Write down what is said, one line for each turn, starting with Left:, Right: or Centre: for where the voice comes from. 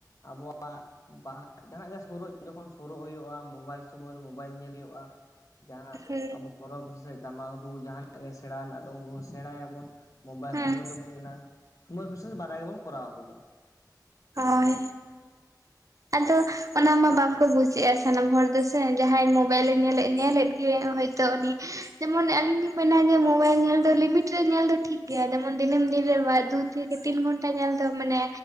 Left: ᱟᱵᱚᱣᱟᱜ ᱵᱟᱦ ᱡᱟᱸᱦᱟᱱᱟᱜ ᱜᱮ ᱥᱩᱨᱩᱜ ᱡᱚᱠᱷᱚᱱ ᱥᱩᱨᱩᱜ ᱦᱩᱭᱩᱜᱼᱟ ᱢᱳᱵᱟᱭᱤᱞ ᱥᱚᱢᱚᱭ ᱫᱚ ᱢᱳᱵᱟᱭᱤᱞ ᱧᱮᱞ ᱦᱩᱭᱩᱜᱼᱟ ᱡᱟᱦᱟᱱᱟᱜ
Right: ᱦᱮᱸ
Left: ᱟᱵᱚ ᱯᱚᱨᱚᱵᱽ ᱥᱮ ᱴᱟᱢᱟᱠ ᱨᱩ ᱡᱟᱦᱟᱱᱟᱜ ᱜᱮ ᱥᱮᱬᱟ ᱨᱮᱱᱟᱜ ᱫᱚ ᱵᱚᱱ ᱥᱮᱬᱟᱭᱟᱵᱚᱱ ᱢᱳᱵᱟᱭᱤ
Right: ᱦᱮᱸ
Left: ᱥᱚᱢᱳᱚᱭ ᱫᱚ ᱵᱚ ᱧᱮᱞᱟᱟ ᱥᱳᱚᱢᱚᱭ ᱵᱤᱥᱮᱥ ᱵᱟᱱᱟᱨ ᱜᱮᱵᱚᱱ ᱠᱚᱨᱟᱣᱟ ᱟᱵᱚ ᱫᱚ
Right: ᱦᱳᱭ ᱟᱫᱚ ᱚᱱᱟ ᱢᱟ ᱵᱟᱝᱠᱚ ᱵᱩᱡᱮᱜᱼᱟ, ᱥᱟᱱᱟᱢ ᱦᱚᱲ ᱫᱚ ᱥᱮ ᱡᱟᱦᱟᱸᱭ ᱢᱳᱵᱟᱭᱤᱞᱮ ᱧᱮᱞᱮᱫ ᱧᱮᱞᱮᱫ ᱜᱮᱭ ᱦᱚᱭ ᱛᱚ ᱩᱱᱤ ᱡᱮᱢᱚᱱ ᱟᱞᱤᱧ ᱞᱤᱧ ᱢᱮᱱᱟ, ᱡᱮ ᱢᱳᱵᱟᱭᱤᱞ ᱧᱮᱞ ᱫᱚ ᱞᱤᱢᱤᱴ ᱨᱮ ᱧᱮᱞ ᱫᱚ ᱴᱷᱤᱠ ᱜᱮᱭᱟ ᱡᱮᱢᱚᱱ ᱫᱤᱱᱟᱹᱢ ᱫᱤᱱ ᱨᱮ ᱫᱩ ᱛᱷᱮᱠᱮ ᱛᱤᱱ ᱜᱷᱚᱱᱴᱟ ᱧᱮᱞ ᱫᱚ ᱢᱟᱱᱮ,